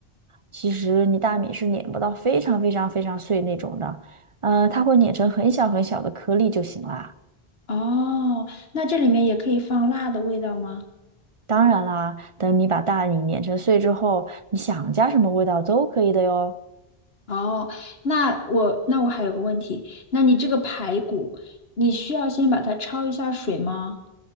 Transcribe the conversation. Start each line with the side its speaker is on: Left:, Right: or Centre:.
Right: 其实你大米是碾不到非常非常非常碎那种的，嗯、它会碾成很小很小的颗粒就行啦。
Left: 哦，那这里面也可以放辣的味道吗？
Right: 当然啦，等你把大米碾成碎之后，你想加什么味道都可以的哟。
Left: 哦，那我那我还有个问题，那你这个排骨，你需要先把它焯一下水吗？